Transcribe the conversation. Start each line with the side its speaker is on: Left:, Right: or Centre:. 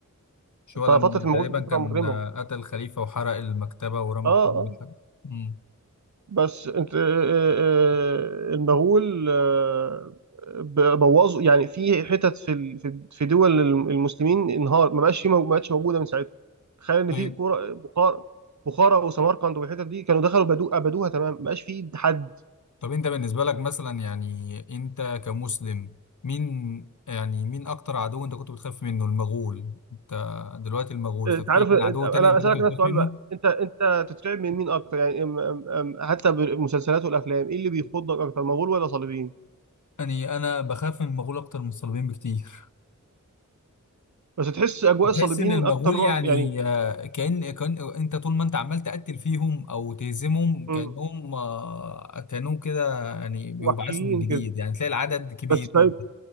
Left: مش هو
Right: ففتره
Left: لما
Right: المغول
Left: تقريبا
Right: دي
Left: كان
Right: فتره مجرمه
Left: آه، قتل خليفة وحرق المكتبة ورمى
Right: اه
Left: كتب
Right: اه
Left: الحاجة امم
Right: بس انت آه، آه، آه، المغول آه، ب- بوظوا يعني في حتت في ال- في في دول المسلمين انهار ما بقاش في مو- ما بقتش موجوده من ساعتها تخيل ان
Left: طيب
Right: في كوره بخارى بخارى وسمرقند والحتت دي كانوا دخلوا بدو ابدوها تمام ما بقاش في حد
Left: طب انت بالنسبة لك مثلا يعني انت كمسلم مين يعني مين اكتر عدو انت كنت بتخاف منه المغول انت دلوقتي المغول
Right: آه،
Left: طب
Right: انت عارف
Left: في كان
Right: آه،
Left: عدو تاني
Right: انا
Left: انت
Right: اسالك
Left: كنت بتخاف
Right: نفس السؤال
Left: منه؟
Right: بقى انت انت تترعب من مين اكتر يعني ام- ام- ام- حتى بالمسلسلات والافلام ايه اللي بيخضك اكتر مغول ولا صليبيين
Left: يعني انا بخاف من المغول اكتر من الصليبيين بكتير
Right: بس تحس اجواء
Left: بتحس
Right: الصليبيين
Left: ان المغول
Right: اكتر رعب
Left: يعني
Right: يعني
Left: آه، كأن كان انت طول ما انت عمال تقتل فيهم او تهزمهم
Right: مم،
Left: كأنهم آه، كأنهم كده يعني بيبعثوا
Right: وحشيين
Left: من جديد
Right: كده
Left: يعني تلاقي العدد كبير
Right: بس طيب،
Left: جدا